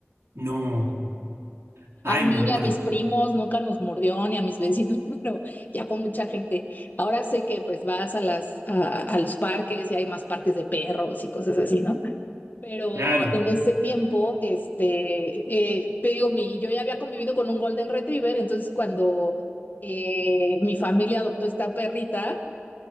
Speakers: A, on the right; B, on the left.
A: No. Ay,
B: A mí,
A: me muero.
B: a mis primos, nunca nos mordió, ni a mis vecinos, <laughs> pero ya con mucha gente. Ahora sé que pues vas a las, a, a los parques y hay más parques de perros y cosas así, ¿no? Pero
A: Claro,
B: en ese tiempo, este, eh, te digo, mi, yo ya había convivido con un Golden Retriever, entonces cuando eh, mi familia adoptó esta perrita,